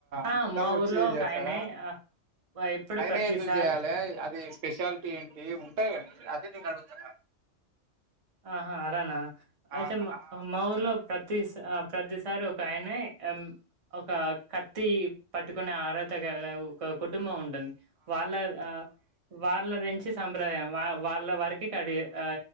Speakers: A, on the right (about 35°); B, on the right (about 80°).
A: ఆ
B: అందరుూ
A: మా
B: వచ్చి
A: ఊర్లో ఒక
B: చేస్తారా
A: ఆయనే ఆ, ఎప్పుడు
B: ఆయనే
A: ప్రతిసారి
B: ఎందుకు చేయాలి అది స్పెషాలిటీ ఏంటి ఉంటాయి కండి అదే నేను అడుగుతున్నా
A: ఆహా అరనా ఐతే
B: ఆ
A: మా
B: ఆ
A: మా ఊర్లో ప్రతి ప్రతిసారి ఒక ఆయనే అమ్ ఒక కత్తి పట్టుకునే అరాహత గల ఒక కుటుంబం ఉంటు ఉంది వాళ్ళ ఆ వాళ్ళ నుంచి సంప్రదాయం వా వాళ్ళ వరకి కడియ ఆ